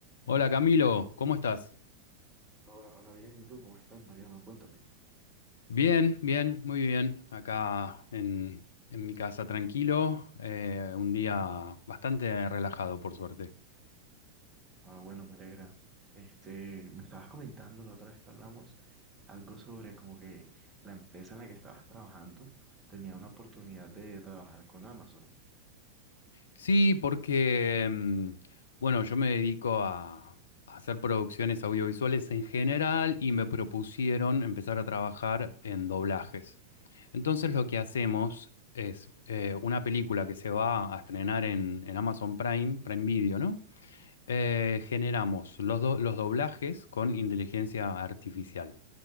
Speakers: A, on the left (about 65°); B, on the right (about 15°).
A: Hola Camilo, ¿cómo estás?
B: Hola, hola, bien. ¿Y tú cómo estás, Mariano? Cuéntame.
A: Bien, bien, muy bien. Acá en, en mi casa tranquilo, eh, un día bastante relajado por suerte.
B: Ah, bueno, me alegra. Este, me estabas comentando la otra vez que hablamos algo sobre como que la empresa en la que estabas trabajando tenía una oportunidad de trabajar con Amazon.
A: Sí, porque, mm, bueno, yo me dedico a, a hacer producciones audiovisuales en general y me propusieron empezar a trabajar en doblajes. Entonces lo que hacemos es eh, una película que se va a estrenar en, en Amazon Prime, Prime Video, ¿no? Eh, generamos los, do- los doblajes con inteligencia artificial.